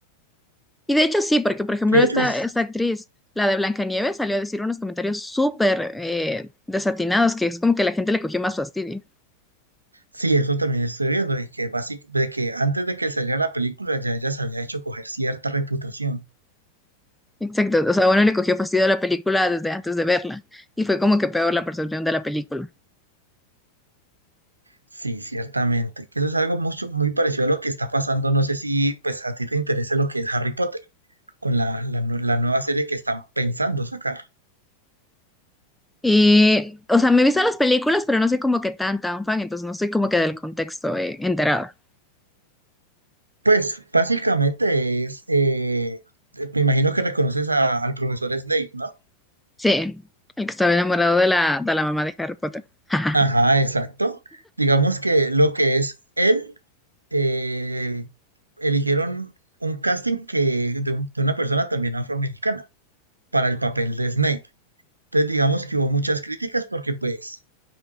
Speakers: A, in the centre; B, on the right (about 80°).
A: Y de hecho sí, porque por ejemplo
B: Que
A: esta,
B: ellos,
A: esta actriz, la de Blancanieves, salió a decir unos comentarios súper eh, desatinados, que es como que la gente le cogió más fastidio.
B: sí, eso también estoy viendo, y que basic- de que antes de que saliera la película ya ella se había hecho coger cierta reputación.
A: Exacto, o sea, uno le cogió fastidio a la película desde antes de verla y fue como que peor la percepción de la película.
B: Sí, ciertamente. Que eso es algo mucho, muy parecido a lo que está pasando. No sé si pues a ti te interesa lo que es Harry Potter, con la, la nue- la nueva serie que están pensando sacar.
A: Y, o sea, me he visto las películas, pero no soy como que tan, tan fan, entonces no estoy como que del contexto eh, enterada.
B: Pues básicamente es, eh, me imagino que reconoces a- al profesor Snape, ¿no?
A: Sí, el que estaba enamorado de la, de la mamá de Harry Potter. <laughs>
B: Ajá, exacto. Digamos que lo que es él, eh, eligieron un casting que de, un- de una persona también afroamericana para el papel de Snape. Entonces digamos que hubo muchas críticas porque pues